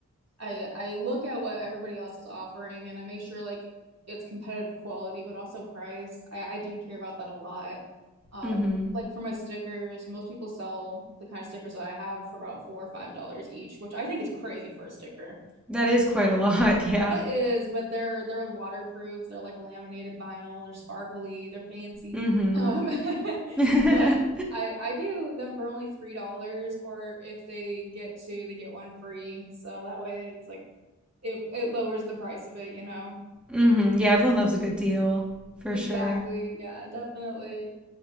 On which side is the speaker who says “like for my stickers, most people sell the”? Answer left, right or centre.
Right